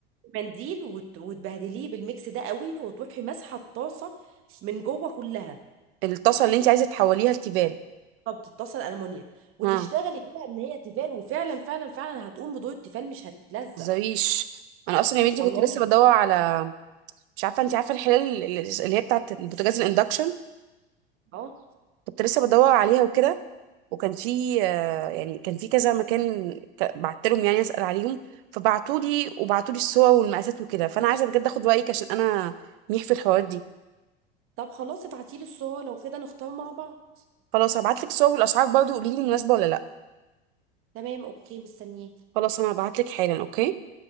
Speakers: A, on the right; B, on the right.
A: منديل وت... وتبهدليه بالميكس ده قوي وتروحي ماسحه الطاسه من جوه كلها
B: الطاسه اللي انت عايزه تحوليها لتيفال
A: طب الطاسه الالومنيا وتشتغلي
B: ها ما
A: بيها ان هي تيفال وفعلا فعلا فعلا هتقوم بدور التيفال مش هتلزق
B: تهزريش انا اصلا يا بنتي
A: والله
B: كنت لسه بدور على مش عارفه انت عارفه الحلال اللي اللي هي بتاعت البوتاجاز الاندكشن
A: اه
B: كنت لسه بدور عليها وكده وكان في آه، يعني كان في كذا مكان ك- بعت لهم يعني اسال عليهم فبعتوا لي وبعتوا لي الصور والمقاسات وكده فانا عايزه بجد اخد رايك عشان انا ميح في الحوارات دي
A: طب خلاص ابعتيلي الصور لو كده نختار مع بعض
B: خلاص هبعت لك الصور والاسعار برضه قولي لي مناسبه ولا لا
A: تمام اوكي مستنياك
B: خلاص انا هبعت لك حالا اوكي